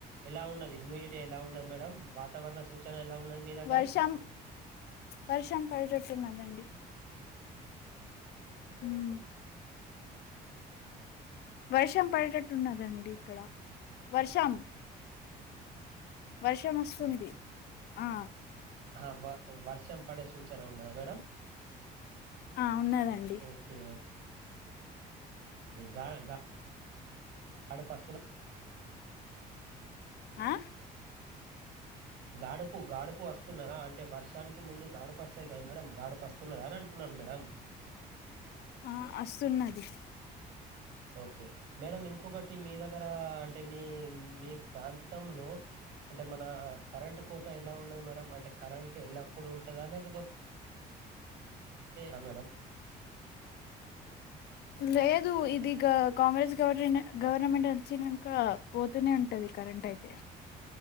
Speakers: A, on the right (about 80°); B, on the left (about 75°).
A: ఎలా ఉన్నది హ్యూమిడిటీ ఎలా ఉన్నది మేడం వాతావరణ సూచన ఎలా ఉన్నది మీ దగ్గర
B: వర్షం వర్షం పడేటట్టున్నదండి ఉమ్ వర్షం పడేటట్టున్నదండి ఇక్కడ వర్షం వర్షం వస్తుంది
A: ఆ,
B: ఆ
A: ఆ వ వర్షం పడే సూచన ఉన్నదా మేడం
B: ఆ ఉన్నాదండి
A: ఓకే ఓకే గా గాడుపు వస్తుందా
B: ఆ
A: గాడపు గాడుపు వస్తున్నదా అంటే వర్షానికి ముందు గాడుపు వస్తాయి కదా మేడం గాడపు వస్తా న్నదా అని అంటున్నాను మేడం
B: ఆ వస్తున్నది
A: ఓకే మేడం ఇంకొకటి మీ దగ్గర అంటే మీ మీ ప్రాంతంలో అంటే మన కరెంట్ కోత ఎలా ఉన్నది మేడం అంటే కరెంట్ ఎల్లప్పుడు ఉంటందా లేకపోతే ఆ మేడం
B: లేదు ఇదిగా కాంగ్రెస్ గవర్న గవర్నమెంట్ వచ్చినంక పోతూనే ఉంటది కరెంట్ అయితే